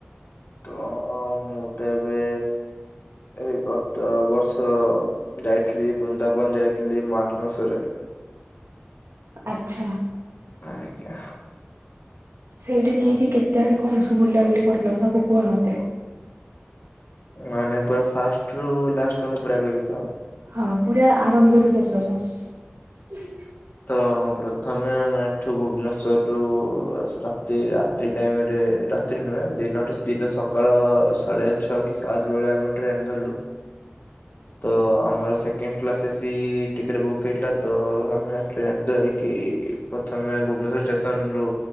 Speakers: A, on the left; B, on the right.
A: ତ ମୁଁ ତ ଏବେ ଏଇ ଗତ ବର୍ଷ ଯାଇଥିଲି ବୃନ୍ଦାବନ। ଯାଇଥିଲି ମାର୍ଚ୍ଚ ମାସ ରେ।
B: ଆଚ୍ଛା।
A: ଆଜ୍ଞା।
B: ସେଇଠି ଯାଇକି କେତେ ଆଡେ କଣ ସବୁ ବୁଲାବୁଲି କଲ ସବୁ କୁହ ମତେ।
A: ମାନେ ପୁରା ଫାଷ୍ଟ ରୁ ଲାଷ୍ଟ ପର୍ଯ୍ୟନ୍ତ ପୁରା କହିବି ତ।
B: ହଁ ପୁରା ଆରମ୍ଭରୁ ଶେଷ ଯାଏଁ।
A: ତ ପ୍ରଥମେ ଆମେ ଏଠୁ ଭୁବନେଶ୍ୱର ରୁ ରାତି ରାତିି ଟାଇମରେ। ରାତିି ନୁହେଁ ଦିନ ଟା ଦିନ ସକାଳ ସାଢେ ଛଅ କି ସାତ ବେଳେ ଆମେ ଟ୍ରେନ ଧରିଲୁ। ତ ଆମର second class A C ticket book ହେଇଥିଲା ତ ଆମେ ଟ୍ରେନ ଧରିକି ପ୍ରଥମେ ଭୁବନେଶ୍ୱର ଷ୍ଟେସନ ରୁ